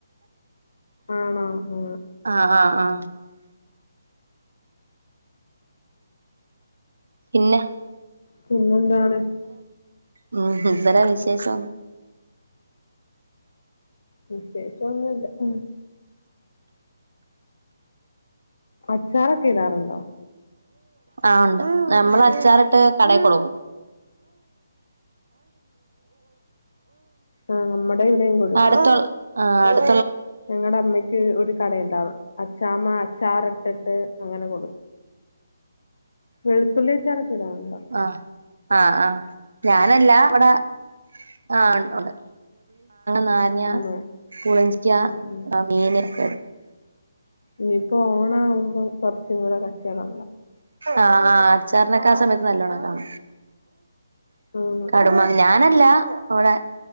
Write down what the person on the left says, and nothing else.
ആണോ ആ
പിന്നെന്താണ്
വിശേഷോനുല്ല ഉം അച്ചാർ ഒക്കെ ഇടാറുണ്ടോ
ആ നമ്മുടെ ഇവിടെയും കൊടുക്കും
ഞങ്ങളുടെ അമ്മയ്ക്ക് ഒരു കടയുണ്ടാവും അച്ചാമ്മ അച്ചാർ ഇട്ടിട്ട് അങ്ങനെ കൊടുക്കും വെളുത്തുള്ളിയച്ചാർ ഇടാറുണ്ടോ
ഉം
ഉം ഉം
ഇനിപ്പോ ഓണാവും അപ്പം കുറച്ചും കൂടെ കച്ചോടം
ആണ്